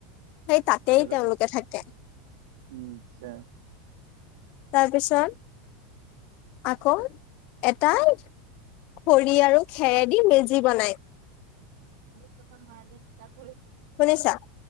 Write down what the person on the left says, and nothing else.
সেই তাতে
তেওঁলোকে থাকে।
তাৰপিছত। আকৌ এটাই খৰি আৰু খেৰে দি মেজি বনাই।
শুনিছা